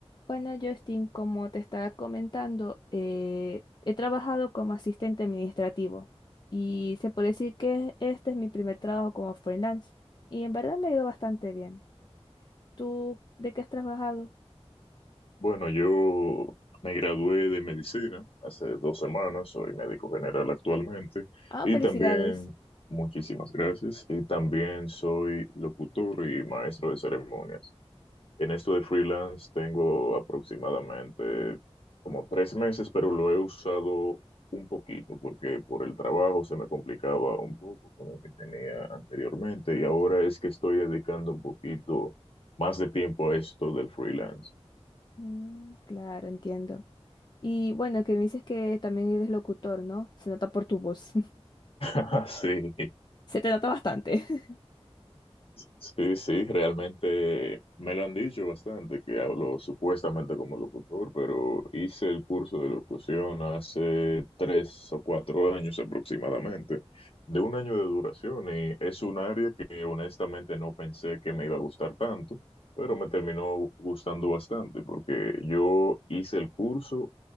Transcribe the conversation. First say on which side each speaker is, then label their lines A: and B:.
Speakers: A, on the left; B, on the left.
A: Bueno, Justin, como te estaba comentando, eh, he trabajado como asistente administrativo y se puede decir que este es mi primer trabajo como freelance y en verdad me ha ido bastante bien. ¿Tú de qué has trabajado?
B: Bueno, yo me gradué de medicina hace dos semanas, soy médico general actualmente
A: Ah,
B: y
A: felicidades.
B: también, muchísimas gracias, y también soy locutor y maestro de ceremonias. En esto de freelance tengo aproximadamente como tres meses, pero lo he usado un poquito porque por el trabajo se me complicaba un poco con lo que tenía anteriormente y ahora es que estoy dedicando un poquito más de tiempo a esto del freelance.
A: Mm, claro, entiendo. Y bueno, que me dices que también eres locutor, ¿no? Se nota por tu voz. <laughs>
B: <laughs> Sí,
A: Se te nota bastante. <laughs>
B: Sí, sí, realmente me lo han dicho bastante, que hablo supuestamente como locutor, pero hice el curso de locución hace tres o cuatro años aproximadamente, de un año de duración, y es un área que honestamente no pensé que me iba a gustar tanto, pero me terminó gustando bastante, porque yo hice el curso